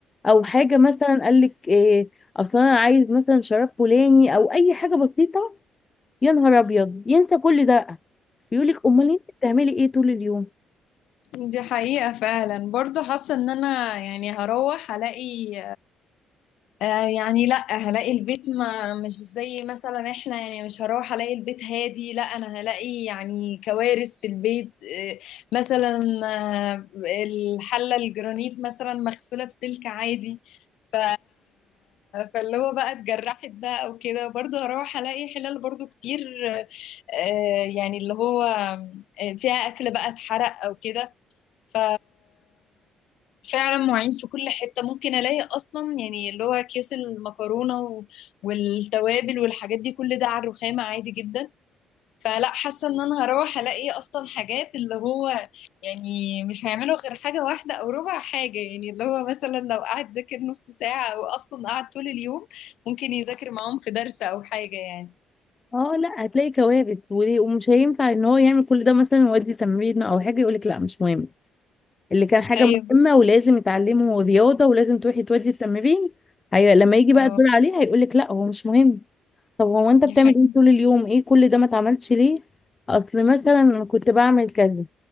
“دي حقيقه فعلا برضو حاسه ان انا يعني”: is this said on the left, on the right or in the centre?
Left